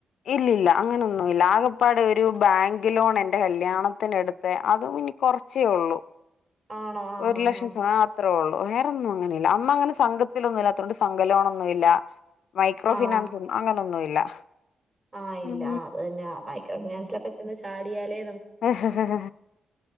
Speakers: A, on the left; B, on the right.
A: ഇല്ലില്ല അങ്ങനെയൊന്നുംല്ല ആകപ്പാട് ഒരു ബാങ്ക് ലോൺ എന്റെ കല്യാണം. ണത്തിനെടുത്ത അതും ഇനി കുറച്ചേ ഉള്ളൂ.
B: ആണോ ആഹ്
A: ഒരു
B: ആഹ്
A: ലക്ഷം
B: ആഹ്
A: അത്രോളൂ. വേറൊന്നും അങ്ങനില്ല അമ്മ അങ്ങനെ സംഘത്തിലൊന്നും ഇല്ലാത്തോണ്ട് സംഘലോണൊന്നുമില്ല. മൈക്രോ
B: ആഹ്
A: ഫിനാൻസ് ഒന്നും അങ്ങനൊന്നുമില്ല. ഇല്ല.
B: ആഹ് ഇല്ല
A: ഉം
B: അത് തന്നെ ആ മൈക്രോ ഫിനാൻസിലൊക്കെ ചെന്നു ചാടിയാലെ.
A: ആ ഹ് ഹ് ഹ